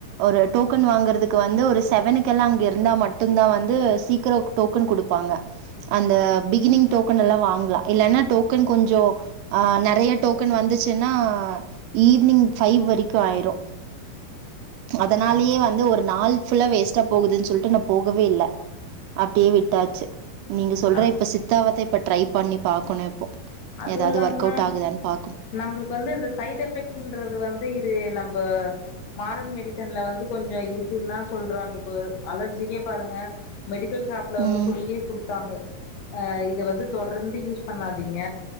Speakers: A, on the right; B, on the left.
A: ஒரு டோக்கன் வாங்குறதுக்கு வந்து ஒரு செவனுக்கெல்லா அங்க இருந்தா மட்டுதா வந்து சீக்கரோ டோக்கன் குடுப்பாங்க அந்த பிகினிங் டோக்கன் எல்லா வாங்லா இல்லன்னா டோக்கன் கொஞ்சோ ஆ நெறயா டோக்கன் வந்துச்சுன்னா ஈவ்னிங் ஃபைவ் வரைக்கு ஆய்ரு அதனாலேயே
B: ஆ
A: வந்து ஒரு நாள் ஃபுல்லா வேஸ்ட்டா போகுதுன் சொல்ட்டு நா போகவே இல்ல அப்டியே விட்டாச்சு நீங்க சொல்ற
B: ஆ
A: இப்ப சித்தாவத்த இப்ப ட்ரை பண்ணி பாக்கணு இப்போ
B: அதுவு
A: ஏதாவது
B: இல்லாம
A: ஒர்க் அவுட் ஆகுதான்னு பாக்கணு
B: நம்பளுக்கு வந்து இந்த சைட் எஃபெக்டுன்றது வந்து இது நம்ப மாடன் மெடிசன்ல வந்து கொஞ்சோ இருக்குன்னு தா சொல்றாங்க இப்போ அலர்ஜிக்கே பாருங்க மெடிக்கல் ஷாப்ல வந்து
A: ம்
B: சொல்லியே குடுத்தாங்க ஆ இத வந்து தொடர்ந்து யூஸ் பண்ணா தீங்க